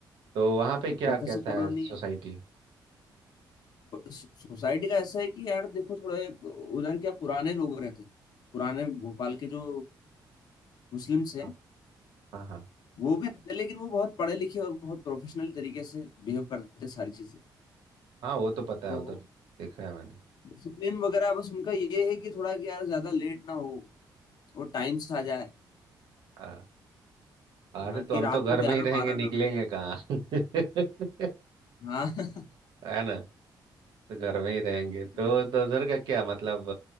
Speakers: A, on the right; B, on the left.
A: तो वहाँ पे क्या
B: तो प्रोफेसर
A: कैसा
B: कॉलोनी
A: है सोसाइटी
B: सोसाइटी का ऐसा है कि यार देखो थोड़े उधर क्या पुराने लोग रहते हैं पुराने भोपाल के जो मुस्लिम्स हैं
A: हाँ हाँ हाँ
B: वो भी रहते हैं लेकिन वो बहुत पढ़े लिखे और बहुत प्रोफेशनल तरीके से बिहेव करते हैं सारी चीजें
A: हाँ, वो तो पता
B: तो
A: है उधर देखा है मैंने
B: डिसिप्लिन वगैरह बस उनका ये है कि थोड़ा कि यार ज्यादा लेट ना हो वो टाइम से आ जाए
A: हाँ, अरे
B: हाँ
A: तो
B: कि
A: हम
B: रात
A: तो घर
B: को
A: में
B: ग्यारह
A: ही रहेंगे
B: बारह
A: निकलेंगे
B: ना बजे
A: कहाँ <laughs>
B: हाँ <laughs>
A: है ना तो घर में ही रहेंगे तो
B: ये-
A: तो उधर का क्या मतलब